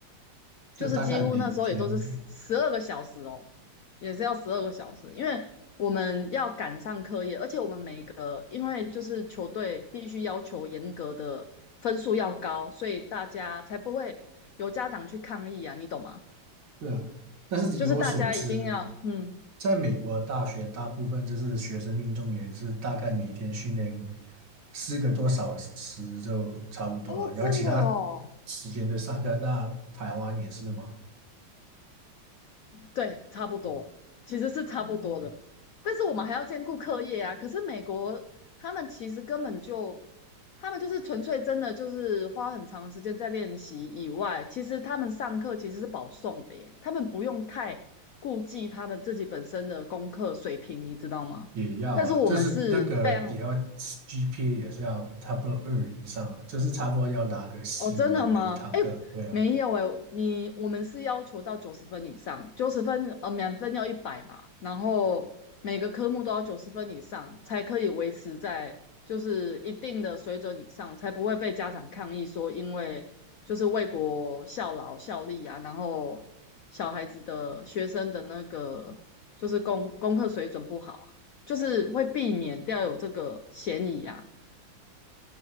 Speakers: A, on the right; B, on the left.
A: 就大概每天，
B: 就是几乎那时候也都是十二个小时哦，也是要十二个小时，因为我们要赶上课业，而且我们每个因为就是球队必须要求严格的分数要高，所以大家才不会有家长去抗议啊，你懂吗？
A: 对啊。但是以我所知，
B: 就是大家一定要，嗯，
A: 在美国大学大部分就是学生运动员是大概每天训练四个多小时就差不多啊，
B: 哦，
A: 然后其他
B: 真的哦，
A: 时间就上课。那台湾也是吗？
B: 对，差不多，其实是差不多的。但是我们还要兼顾课业啊。可是美国他们其实根本就，他们就是纯粹真的就是花很长时间在练习以外，其实他们上课其实是保送的耶，他们不用太顾忌他们自己本身的功课水平，你知道吗？
A: 也要了，
B: 但是我们是非常
A: 就是那个也要 GPA 也是要差不多二以上了，就是差不多要拿个 C
B: 哦，真的吗？
A: 吧，每一堂课。
B: 哎，
A: 对啊，
B: 没有哎，你我们是要求到九十分以上，九十分呃满分要一百嘛，然后每个科目都要九十分以上才可以维持在就是一定的水准以上，才不会被家长抗议说因为就是为国效劳效力啊，然后小孩子的学生的那个就是功功课水准不好啊，就是会避免掉有这个嫌疑啊。